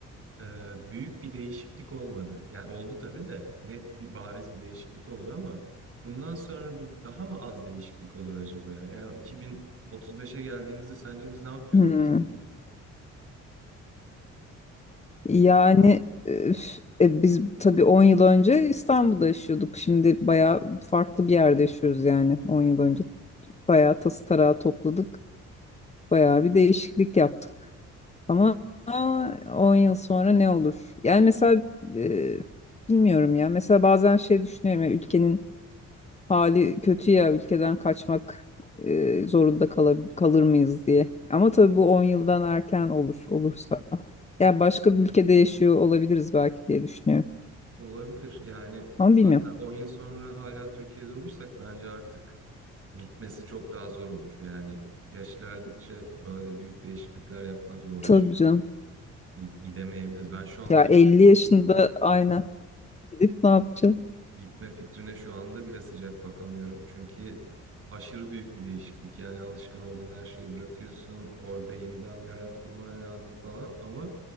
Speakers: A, on the right; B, on the left.
A: Ee, büyük bir değişiklik olmadı. Yani oldu tabii de net bir bariz bir değişiklik oldu ama bundan sonra bu daha mı az değişiklik olur acaba ya? Yani o 2035'e geldiğimizde sence biz ne yapıyor
B: hmm.
A: oluruz sence?
B: Yani üf, e, biz tabii on yıl önce İstanbul'da yaşıyorduk. Şimdi bayağı farklı bir yerde yaşıyoruz yani 10 yıl önce. Bayağı tası tarağı topladık. Bayağı bir değişiklik yaptık. Ama 10 yıl sonra ne olur? Yani mesela e, bilmiyorum ya. Mesela bazen şey düşünüyorum ya ülkenin hali kötü ya ülkeden kaçmak e, zorunda kala- kalır mıyız diye. Ama tabii bu 10 yıldan erken olur olursa. Yani başka bir ülkede yaşıyor olabiliriz belki diye düşünüyorum.
A: Olabilir. Yani
B: Ama
A: zaten
B: bilmiyorum.
A: 10 yıl sonra hala Türkiye'de olursak bence artık gitmesi çok daha zor olur. Yani yaş ilerledikçe böyle büyük değişiklikler yapmak zorlaşıyor.
B: Tabii canım.
A: Gidemeyebiliriz. Ben şu anda
B: Ya 50 yaşında aynen gidip ne yapacağım?
A: gitme fikrine şu anda bile sıcak bakamıyorum. Çünkü aşırı büyük bir değişiklik. Yani alışkın olduğun her şeyi bırakıyorsun. Orada yeniden bir hayat kurman lazım falan. Ama